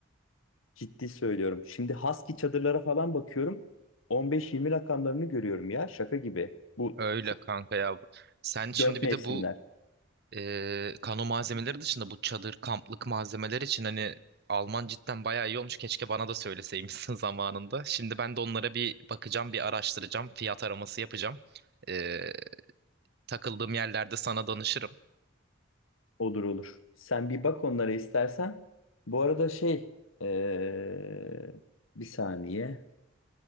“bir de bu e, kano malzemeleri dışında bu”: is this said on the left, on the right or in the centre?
Right